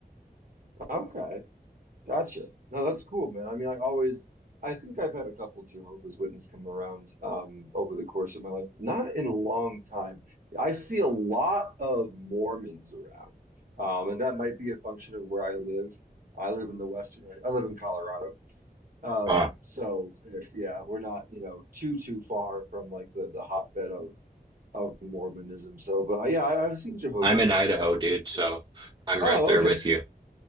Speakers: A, on the right; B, on the right.
A: Okay. Gotcha. No, that's cool, man. I mean, I always I think I've had a couple Jehovah's Witness come around um over the course of my life. Not in a long time. I see a lot of Mormons around. Um, and that might be a function of where I live. I live in the Western, I live in Colorado. Um,
B: Uh,
A: so yeah, we're not, you know, too too far from like the the hotbed of of Mormonism. So, but uh, yeah, I, I've seen Jehovah's
B: I'm in
A: Witness
B: Idaho,
A: around
B: dude,
A: before.
B: so I'm
A: Oh,
B: right there
A: okay.
B: with you.